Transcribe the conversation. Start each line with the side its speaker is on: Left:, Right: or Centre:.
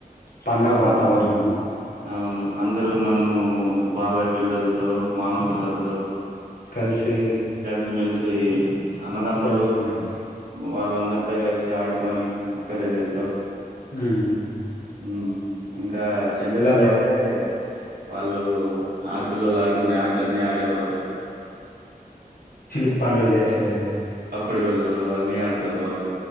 Left: పండగ
Right: అవును
Left: వాతావరణము
Right: అవును అందర్ తో మనము బాబాయ్ పిల్లలతో మామ పిల్లలతో
Left: కలిసి
Right: కలిపి మెల్సి అన్నదమ్ములు
Left: చేసుకున్నాము
Right: వాళ్ళందరితో కలిసి ఆడుకొని అక్క చెల్లెలతో
Left: హ్మ్ హ్మ్ హు
Right: ఉమ్ ఇంకా చెల్లెళ్
Left: బా
Right: అయితే వాళ్ళు ఆడపిల్లలు ఆడుకునే ఆటలన్ని ఆడేవారు
Left: చిలిప్ పన్నులు చేసేవి
Right: తొక్కుడు బిళ్ళలు అవన్నీ ఆడుతారు వాళ్ళు